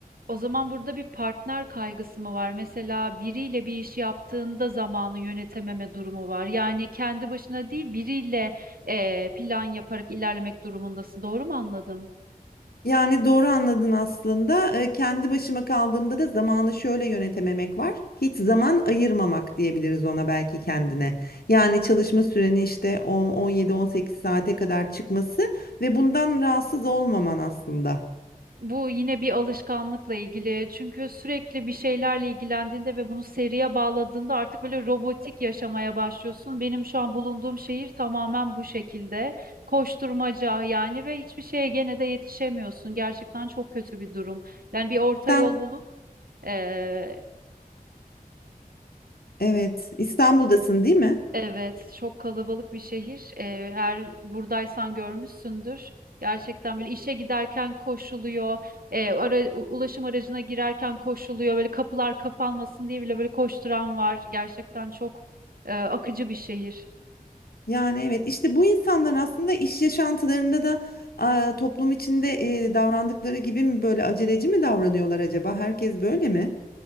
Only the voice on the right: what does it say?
O zaman burada bir partner kaygısı mı var? Mesela biriyle bir iş yaptığında zamanı yönetememe durumu var. Yani kendi başına değil biriyle eee, plan yaparak ilerlemek durumundasın. Doğru mu anladım?
Bu yine bir alışkanlıkla ilgili. Çünkü sürekli bir şeylerle ilgilendiğinde ve bunu seriye bağladığında artık böyle robotik yaşamaya başlıyorsun. Benim şu an bulunduğum şehir tamamen bu şekilde. Koşturmaca yani ve hiçbir şeye gene de yetişemiyorsun. Gerçekten çok kötü bir durum. Yani bir orta
yol bulup Ee,
evet, çok kalabalık bir şehir. Ee, eğer buradaysan görmüşsündür. Gerçekten böyle işe giderken koşuluyor, ee, ara- u- ulaşım aracına girerken koşuluyor. Böyle kapılar kapanmasın diye bile böyle koşturan var. Gerçekten çok e, akıcı bir şehir.